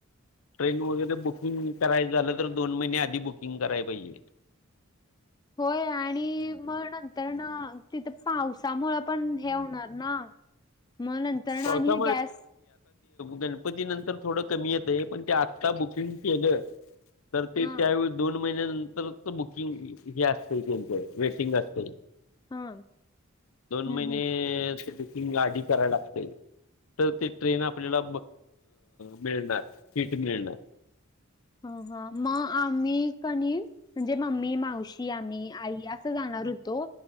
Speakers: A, on the left (about 75°); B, on the left (about 20°).
A: ट्रेन वगैरे बुकिंग करायच झालं तर दोन महिने आधी बुकिंग कराय पाहिजे.
B: होय आणि मग नंतर ना तिथं पावसामुळ पण हे होणार ना. <inaudible>
A: <inaudible>
B: ना
A: आता
B: आणि गॅस
A: गणपती नंतर थोडं कमी येतय पण ते आत्ता बुकिंग केलं तर ते
B: हा
A: त्यावेळी दोन महिन्यानंतर त बुकिंग हे असते त्यांच वेटिंग असते
B: हा
A: दोन
B: हम्म
A: महिने
B: हम्म
A: चं बुकिंग आधी करायला तर ते ट्रेन आपल्याला मिळणार सीट मिळणार
B: हा हा मग आम्ही कनी म्हणजे मम्मी मावशी आम्ही आई असं जाणार होतो